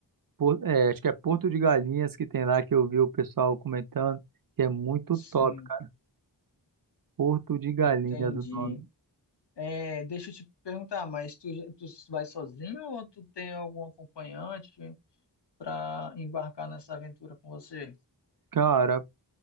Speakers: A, on the right; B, on the left.
A: Por- é, acho que é Porto de Galinhas que tem lá que eu vi o pessoal comentando, que é muito
B: Sim,
A: top, cara. Porto de Galinhas
B: entendi.
A: o nome.
B: É, deixa eu te perguntar, mas tu, tu vai sozinho ou tu tem algum acompanhante para embarcar nessa aventura com você?
A: Cara,